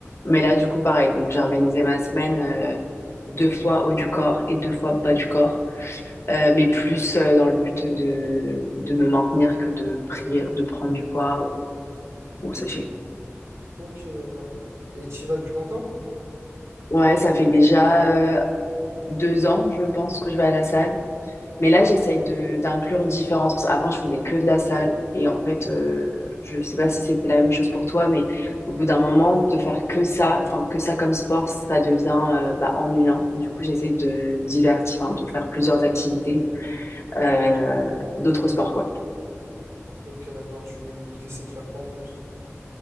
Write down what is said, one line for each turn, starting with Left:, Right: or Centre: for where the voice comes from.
Left: mais là du coup pareil, donc j'ai organisé ma semaine euh, deux fois haut du corps et deux fois bas du corps, euh, mais plus euh, dans le but de de me maintenir que de prier, de prendre du poids ou, ou sécher.
Right: Ok, d'accord. Et tu y vas depuis longtemps?
Left: Ouais, ça fait déjà euh, deux ans je pense que je vais à la salle Mais là, j'essaye de d'inclure différents. parce que Avant, je faisais que de la salle. Et en fait, euh, je sais pas si c'était la même chose pour toi, mais au bout d'un moment, de faire que ça, enfin, que ça comme sport, ça devient euh, bah, ennuyant. Du coup, j'essaie de divertir, enfin, de faire plusieurs activités, euh,
Right: Ok,
Left: d'autres sports, quoi.
Right: Ok, d'accord. Tu essaies de faire quoi en plus?